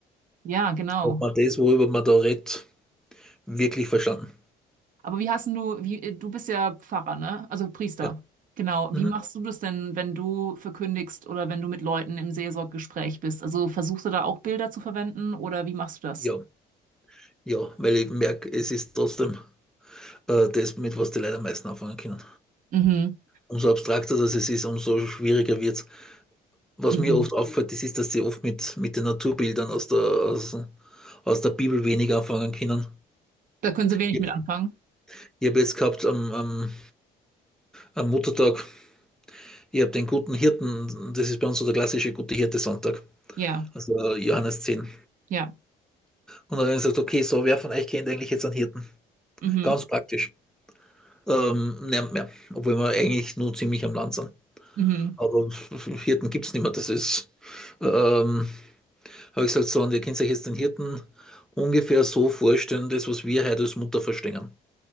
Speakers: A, on the right; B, in the centre.
A: ja, genau.
B: ob man das, worüber man da redet, wirklich verstanden.
A: Aber wie hast denn du, wie, äh, du bist ja Pfarrer, ne? Also Priester.
B: Ja.
A: Genau.
B: Mhm.
A: Wie machst du das denn, wenn du verkündigst oder wenn du mit Leuten im Seelsorggespräch bist? Also versuchst du da auch Bilder zu verwenden oder wie machst du das?
B: Ja. Ja, weil ich merke, es ist trotzdem äh, das, mit was die Leute am meisten anfangen können.
A: Mhm.
B: Umso abstrakter das es ist, umso schwieriger wird es. Was
A: Mhm.
B: mir oft auffällt, das ist, dass sie oft mit, mit den Naturbildern aus der, aus, aus der Bibel weniger anfangen können.
A: Da können sie wenig
B: Ich,
A: mit anfangen.
B: ich habe jetzt gehabt am, am, am Muttertag Ihr habt den guten Hirten, das ist bei uns so der klassische gute Hirte-Sonntag,
A: Ja,
B: also äh, Johannes zehn
A: ja.
B: Und dann sagt, okay, so, wer von euch kennt eigentlich jetzt einen Hirten?
A: Mhm.
B: Ganz praktisch. Ähm, niemand mehr, obwohl wir eigentlich nur ziemlich am Land sind.
A: Mhm.
B: Aber <laughs> Hirten gibt es nicht mehr, das ist, ähm, habe ich gesagt, so, und ihr könnt euch jetzt den Hirten ungefähr so vorstellen, das, was wir heute als Mutter verstehen.